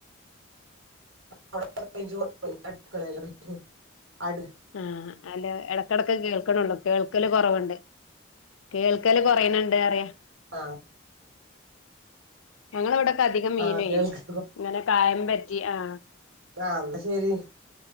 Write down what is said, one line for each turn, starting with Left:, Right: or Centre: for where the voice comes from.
Right: <unintelligible> അടുക്കളെലാന്
Left: ആഹ അല എടക്കിടക്ക് കേൾക്കണ്ള്ളു. കേൾക്കല് കുറവ്ണ്ട് കേൾക്കല് കൊറണണ്ട് റിയ..
Right: ആ
Left: ഞങ്ങളവിടെക്ക അധികം മീന്
Right: ആഹ് കേൾക്ക്
Left: ഇങ്ങനെ കായം പരറ്റി ആ
Right: ആന്നാ ശരി